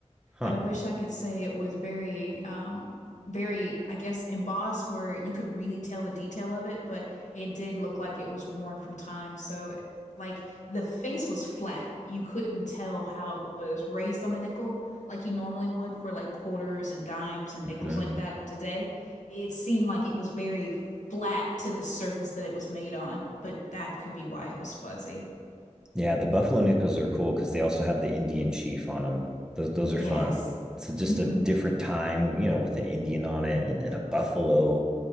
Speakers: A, in the centre; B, on the left.
A: huh?
B: I wish I could say it was very, um, very, I guess, embossed where you could really tell the detail of it, but it did look like it was worn from time. So, like, the face was flat. You couldn't tell how it was raised on the nickel like you normally would for like quarters and dimes and
A: hmm
B: nickels like that today. It seemed like it was very flat to the surface that it was made on, but that could be why it was fuzzy.
A: Yeah, the buffalo nickels are cool because they also have the Indian chief on them. Those those are
B: Yes.
A: fun. So just
B: hmm
A: a different time, you know, with an Indian on it, and then a buffalo